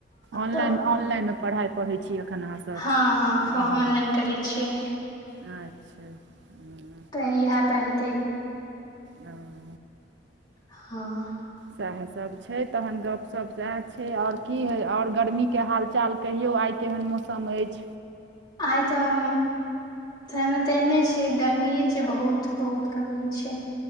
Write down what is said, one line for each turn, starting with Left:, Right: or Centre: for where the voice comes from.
Right: ऑनइन
Left: तऽ
Right: ऑनलाइन पढ़ाइ पढ़ै छी। एखन अहाँसभ
Left: हँ हँ फो
Right: हूँ
Left: ऑनलाइन करै छियै।
Right: अच्छा हँ।
Left: तऽ इएहे पर हेतै।
Right: हँ।
Left: हँ।
Right: सएह सब छै तहन गप सप सएह छै और की हय ओर गर्मी के हाल -चाल कहियो आइ केहन मौसम अइछ।
Left: आय तऽ तइमे तऽ एहने छै गर्मिये छै बहुत -बहुत गर्मी छै।